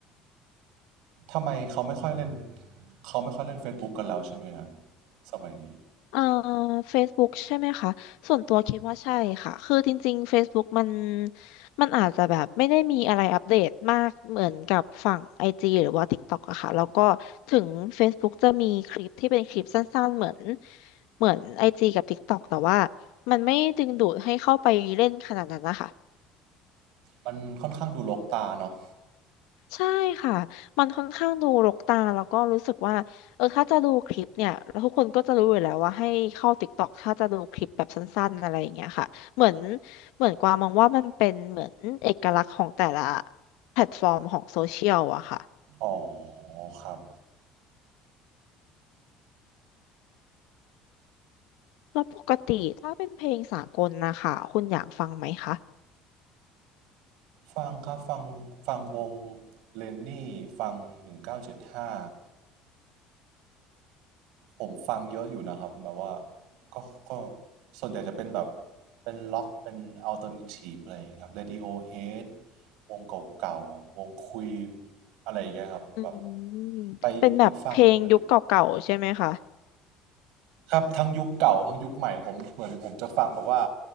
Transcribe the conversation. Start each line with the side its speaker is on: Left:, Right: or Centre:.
Right: ทำไมเขาไม่ค่อยเล่นเขาไม่ค่อยเล่น Facebook กันแล้วใช่ไหมครับ สมัยนี้
Left: เอ่อ Facebook ใช่ไหมคะส่วนตัวคิดว่าใช่ค่ะคือจริงๆ Facebook มันมันอาจจะแบบไม่ได้มีอะไรอัปเดตมากเหมือนกับฝั่ง IG หรือว่า TikTok อะค่ะแล้วก็ถึง Facebook จะมีคลิปที่เป็นคลิปสั้นๆเหมือนเหมือน IG กับ TikTok แต่ว่ามันไม่ดึงดูดให้เข้าไปเล่นขนาดนั้นนะคะ
Right: มันค่อนข้างดูรกตาเนาะ
Left: ใช่ค่ะ มันค่อนข้างดูรกตาแล้วก็รู้สึกว่า เออถ้าจะดูคลิปเนี่ยแล้วทุกคนก็จะรู้อยู่แล้วว่าให้เข้า TikTok ถ้าจะดูคลิปแบบสั้นๆอะไรอย่างเงี้ยค่ะเหมือนเหมือนกวางมองว่ามันเป็นเหมือนเอกลักษณ์ของแต่ละแพลตฟอร์มของโซเชียลอะค่ะ
Right: อ๋อครับ
Left: แล้วปกติถ้าเป็นเพลงสากลนะคะคุณอยากฟังไหมคะ
Right: ฟังครับฟังฟังวงเลนนี่ฟังหนึ่งเก้าเจ็ดห้า ผมฟังเยอะอยู่นะครับแบบว่าก็ก็ส่วนใหญ่จะเป็นแบบเป็นล็อกเป็นอัลเทอร์เนทีฟอะไรอย่างเงี้ยครับ Radiohead วงเก่าๆวงควีนอะไรอย่างเงี้ยครับแบบ
Left: อืม
Right: ไปอีกฝากหนึ่งไปเลย
Left: เป็นแบบเพลงยุคเก่าๆใช่ไหมคะ
Right: ครับทั้งยุคเก่าทั้งยุคใหม่ผมเหมือนผมจะฟังแบบว่า